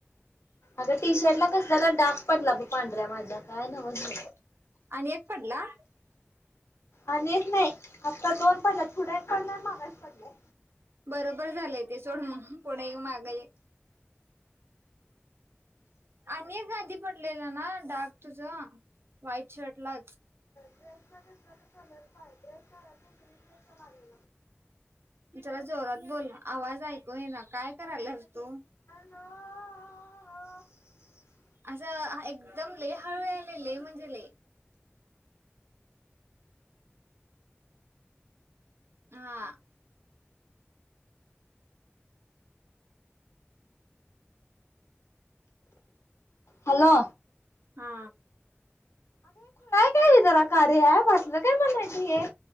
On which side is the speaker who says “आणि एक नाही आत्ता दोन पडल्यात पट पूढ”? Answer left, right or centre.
Left